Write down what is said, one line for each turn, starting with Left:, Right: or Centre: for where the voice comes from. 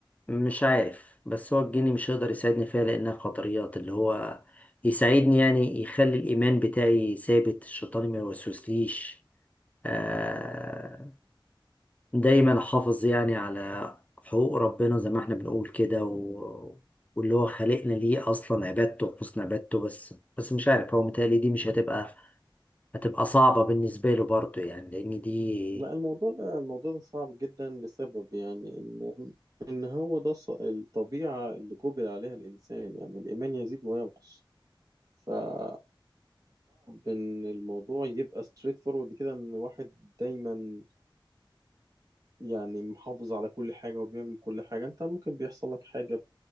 Left: مش عارف بس هو الجني مش هيقدر يساعدني فيها لانها قدريات اللي هو يساعدني يعني يخلي الايمان بتاعي ثابت الشيطان ما يوسوسليش آه، دايما حافظ يعني على حقوق ربنا زي ما احنا بنقول كده و... واللي هو خلقنا ليه اصلا عبادته وحسن عبادته بس بس مش عارف هو متهيألي دي مش هتبقى هتبقى صعبة بالنسبة له برضه يعني لان دي
Right: لا الموضوع ده الموضوع ده صعب جدا لسبب يعني ان ان هو ده ص- الطبيعة اللي جبل عليها الانسان يعني الايمان يزيد وينقص فصعب ان الموضوع يبقى ستريت فورورد كده ان الواحد دايما يعني محافظ على كل حاجة وبيعمل كل حاجة انت ممكن بيحصل لك حاجة